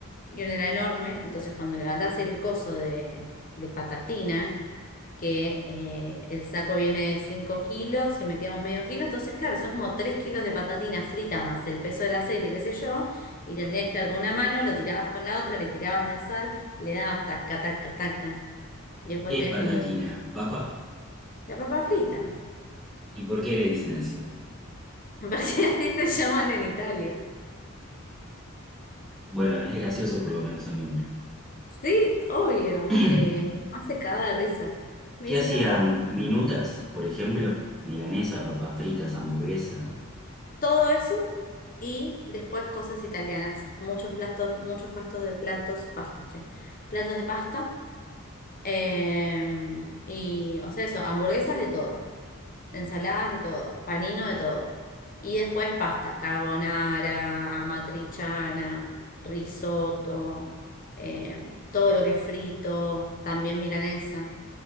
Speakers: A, on the left (about 40°); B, in the centre.
A: y una era enorme, entonces cuando levantás el coso de, de patatina, que eh, el saco viene de 5 kilos, si metíamos medio kilo, entonces claro, son como 3 kilos de patatina frita más el peso del aceite, qué sé yo, y le tenías que dar con una mano, lo tirabas con la otra, le tirabas la sal, le dabas taca, taca, taca, y después
B: ¿qué
A: tenías
B: es patatina?
A: que... engan-
B: ¿Papa?
A: La papa frita,
B: ¿Y por qué le dicen así?
A: <laughs> parece así se llaman en Italia.
B: Bueno, es gracioso por lo menos el nombre.
A: Sí, obvio,
B: <clears throat>
A: eh, mi mamá se cagaba de risa. Me
B: ¿Qué
A: dice,
B: hacían
A: no puedo
B: minutas, por ejemplo? Milanesa, papas fritas, hamburguesa.
A: Todo eso y después cosas italianas. Muchos platos, muchos pastos de platos, pastos, che. Platos de pasta. em, y, o sea, eso, hamburguesas de todo. Ensaladas de todo, panino de todo. Y después pasta, carbonara, amatriciana, risotto, eh, todo lo que es frito, también milanesa,